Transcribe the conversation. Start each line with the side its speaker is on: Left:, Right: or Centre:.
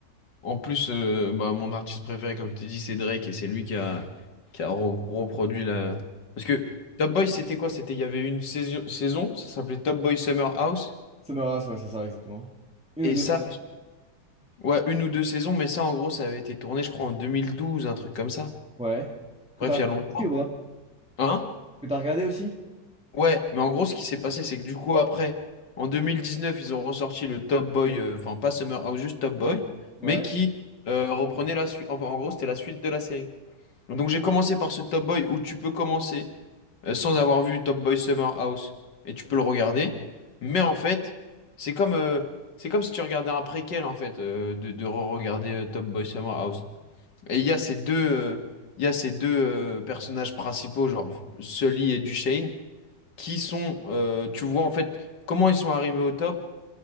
Left: En plus, euh, bah, mon artiste préféré, comme je t'ai dit, c'est Drake, et c'est lui qui a, qui a re- reproduit la... Parce que Top Boy, c'était quoi? C'était, il y avait une saison, saison, ça s'appelait Top Boy Summer House,
Centre: Summer House, ouais, c'est ça, exactement. Une
Left: et
Centre: ou deux
Left: ça,
Centre: saisons.
Left: ouais, une ou deux saisons, mais ça, en gros, ça avait été tourné, je crois, en 2012, un truc comme ça.
Centre: Ouais. Que
Left: Bref,
Centre: t'as regardé
Left: il y a longtemps.
Centre: aussi ou pas?
Left: Hein?
Centre: Que t'as regardé aussi?
Left: Ouais, mais en gros, ce qui s'est passé, c'est que du coup, après, en 2019, ils ont ressorti le Top Boy, euh, enfin, pas Summer House, juste Top Boy,
Centre: Ouais.
Left: mais qui euh, reprenait la suite, enfin, en gros, c'était la suite de la série. Donc j'ai commencé par ce Top Boy où tu peux commencer euh, sans avoir vu Top Boy Summer House et tu peux le regarder. Mais en fait, c'est comme, euh, c'est comme si tu regardais un préquel en fait euh, de, de re-regarder euh, Top Boy Summer House. Et il y a ces deux, euh, il y a ces deux euh, personnages principaux, genre Sully et Duchesne, qui sont, euh, tu vois en fait comment ils sont arrivés au top